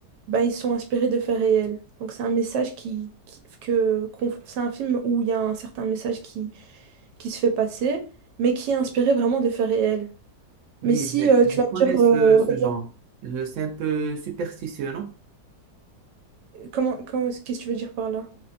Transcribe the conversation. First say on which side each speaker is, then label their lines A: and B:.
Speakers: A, on the right; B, on the right.
A: bah, ils sont inspirés de faits réels. Donc, c'est un message qui, qui- que, qu'on- c'est un film où il y a un certain message qui, qui se fait passer, mais qui est inspiré vraiment de faits réels.
B: oui,
A: Mais si
B: mais
A: euh,
B: je
A: tu vas
B: connais
A: me dire, euh,
B: ce, ce
A: regarde,
B: genre. Euh, C'est un peu superstitieux, non?
A: comment, comment- qu'est-ce que tu veux dire par là?